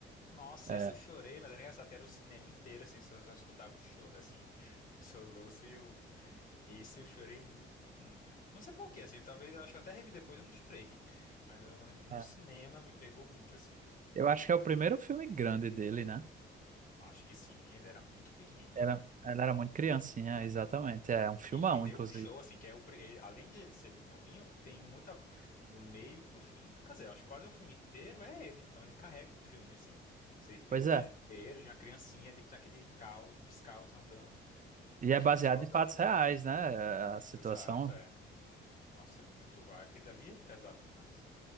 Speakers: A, on the left (about 45°); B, on the right (about 40°).
A: Nossa,
B: É.
A: esse eu chorei, mas era engraçado que era o cinema inteiro, assim, só, só escutava o choro, assim, <laughs> o soluço e o. Esse eu chorei muito, muito, muito. Não sei por quê, assim, talvez eu acho que eu até revi depois eu não chorei. <laughs> Mas eu lembro que no
B: É.
A: cinema me pegou muito, assim.
B: Eu acho que é o primeiro filme grande dele, né?
A: Acho que sim, ele era muito pequenininho.
B: Ela, ela era muito criancinha, exatamente. É um filmão,
A: E, e deu
B: inclusive.
A: um show, assim, que é o, pri- ele- além de ele ser muito novinho, tem muita, do meio pro fim, quer dizer, eu acho que quase o filme inteiro é ele, então ele carrega o filme, assim. Você vê
B: Pois
A: o desespero
B: é.
A: de uma criancinha ali naquele caos, descalço, andando, aquele
B: E é
A: hospital
B: baseado
A: andando.
B: em fatos reais, né? A situação,
A: Exato, é. Nossa, é muito, aquele ali é pesado demais.